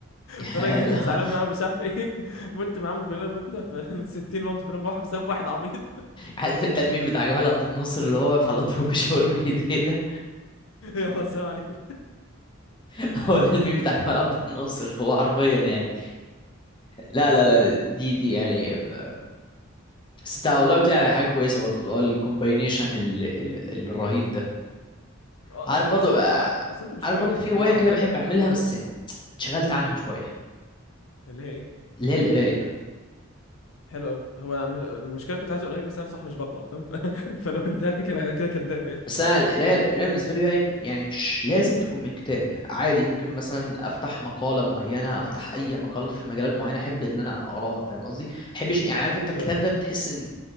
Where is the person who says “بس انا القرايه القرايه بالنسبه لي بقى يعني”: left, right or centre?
Left